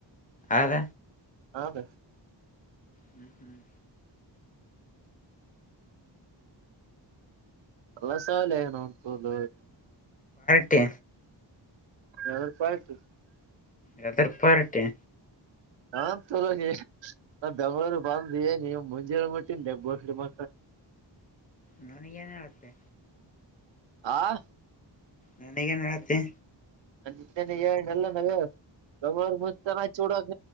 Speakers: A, on the left (about 20°); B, on the right (about 75°).
A: ಅದ
B: ಹಾಕ
A: ಹ್ಮ್ ಹ್ಮ್
B: ಎಲ್ಲಸಾವಲನ ಪೂಲ್
A: ತ್ತೆ
B: ಯ ಪಾಯತು
A: ಎಾದರ್ಪಾರಟೆ
B: ಹಾ ಚಲೋ ನಾ ಬೆಂಗ್ಳೂರಿಗೆ ಬಂದ ಏನ ಮುಂಜರೆ ಮುಟ್ಟಿಂದೆಬ್ ಬಸ್ ಮ
A: ನನಗೇನ್ ಹೇಳತ್ತೆ
B: ಆ ಹಾ
A: ನನಗೆ ನಡತ್ತೆ
B: ನಿನ್ನೆನೆ ಏಳ್ನೆಲ್ಲ ನವ ಮುತ ಚಡೋಕ